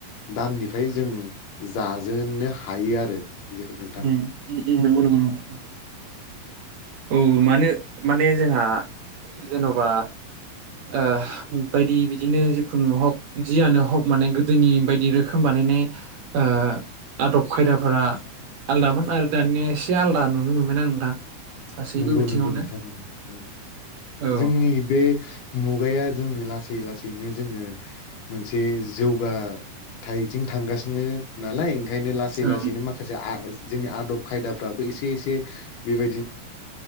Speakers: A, on the left; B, on the right.
A: दाननिफ्राय जों जाजेननो हायो आरो जेखौ नोंथां
B: उम-उम नंगौ नंगौ नोंथां औ मानो माने जोंहा जेन'बा ओ बायदि बिदिनो जिखुनु हक जियानो हक माने गोदोनि बायदि रोखोम बानायनाय ओ आदब खायदाफोरा आलादामोन आरो दानिया एसे आलादा नुनो मोनबाय आ नोंथां गासैबो
A: नंगौ
B: बिथिङावनो
A: नंगौ नोंथा उम उम
B: औ
A: जोंनि बे मुगाया जोंनो लासै लासै जोंनो जोङो मोनसे जौगाथायाइथिं थांगासिनो नालाय ओंखायनो लासै
B: औ
A: लासैनो माखासे जोंनि आदब खायदाफ्राबो एसे एसे बेबायदिनो